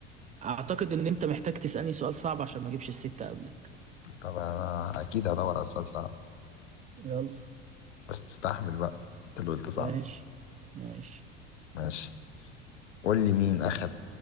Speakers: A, on the right; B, on the left.
A: أعتقد إن أنت محتاج تسألني سؤال صعب عشان ما أجيبش الستة قبلك
B: طب انا اكيد هدور على سؤال صعب
A: يلا
B: بس تستحمل بقى انت اللي قلت صعب
A: ماشي ماشي
B: ماشي قول لي مين اخد